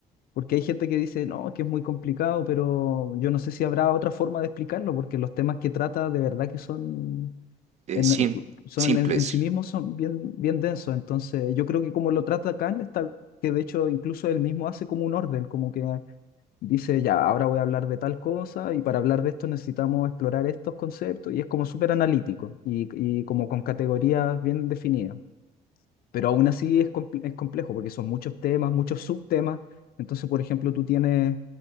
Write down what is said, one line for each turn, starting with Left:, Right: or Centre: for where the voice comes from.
Left: Porque hay gente que dice, no, que es muy complicado, pero yo no sé si habrá otra forma de explicarlo, porque los temas que trata de verdad que son...
Right: Eh,
Left: En,
Right: sim-
Left: son
Right: simples,
Left: en, en sí mismos son bien, bien densos, entonces yo creo que como lo trata Kant, está, que de hecho incluso él mismo hace como un orden, como que dice, ya, ahora voy a hablar de tal cosa y para hablar de esto necesitamos explorar estos conceptos y es como súper analítico y, y como con categorías bien definidas. Pero aún así es, comple- es complejo porque son muchos temas, muchos subtemas. Entonces, por ejemplo, tú tienes